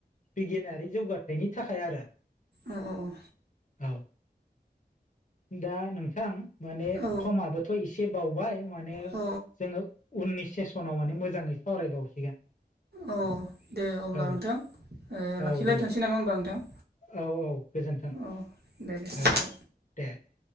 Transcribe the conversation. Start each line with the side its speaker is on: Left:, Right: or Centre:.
Left: बिगियानारि जौगाथायाइनि थाखाय आरो
Right: अ अ अ
Left: औ दा नोंथां माने
Right: औ
Left: समाबोथ' एसे बावबाय माने
Right: औ
Left: जोङो उननि सेस सनाव माने मोजाङै सावरायबावसिगोन
Right: औ दे अब्ला
Left: औ
Right: नोंथां
Left: औ
Right: लाखिलायथसै
Left: दे
Right: नामा होमबा नोंथां
Left: औ औ गोजोन्थों
Right: औ दे दे गोजोन्थों
Left: औ दे दे